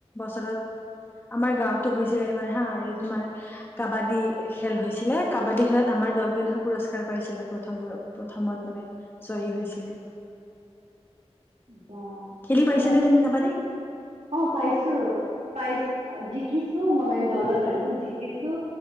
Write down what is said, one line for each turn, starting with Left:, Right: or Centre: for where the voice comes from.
Left: বছৰত। আমাৰ গাঁওতো হৈছিলে এবাৰ হা এই তোমাৰ কাবাডী খেল হৈছিলে কাবাডী খেলত আমাৰ দলটোৱে নহয় পুৰস্কাৰ পাইছিলে প্ৰথম পোৰত প্ৰথমত মানে জয়ী হৈছিলে
Right: বা
Left: খেলি পাইছেনে
Right: ইমান
Left: তুমি কাবাডী?
Right: অ পাইছো পাইছো জিকিছো মই মানে দলদ আৰু জিকিছো